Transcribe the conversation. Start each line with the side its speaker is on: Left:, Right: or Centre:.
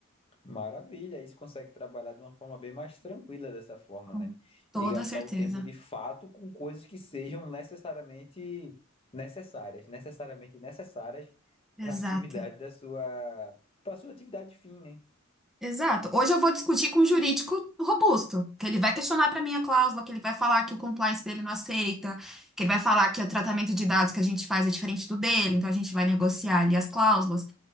Left: Maravilha. Aí você consegue trabalhar de uma forma bem mais tranquila dessa forma,
Centre: Com
Left: né? E
Centre: toda
Left: gastar
Centre: certeza.
Left: o tempo de fato com coisas que sejam necessariamente necessárias, necessariamente necessárias
Centre: Exato.
Left: para a atividade da sua, para sua atividade fim, né?
Centre: Exato. Hoje eu vou discutir com um jurídico robusto, que ele vai questionar para mim a cláusula, que ele vai falar que o compliance dele não aceita, que ele vai falar que o tratamento de dados que a gente faz é diferente do dele, então a gente vai negociar ali as cláusulas.